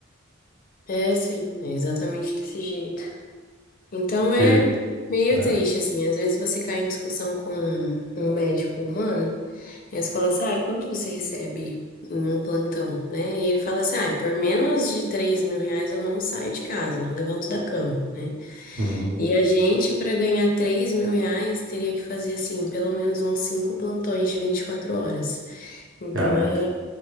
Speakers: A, on the left (about 45°); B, on the right (about 70°).
A: é sim, é exatamente desse jeito. Então
B: porque...
A: é meio
B: Ah,
A: triste assim, às vezes você cai em discussão com um médico humano, e aí você fala assim, ah, quanto você recebe? Em um plantão, né? E ele fala assim: ah, por menos de 3 mil reais eu não saio de casa, não levanto da cama, né?
B: uhum,
A: E a gente, para ganhar 3 mil reais, teria que fazer, assim, pelo menos uns cinco plantões de 24 horas. Então,
B: Caraca.
A: é,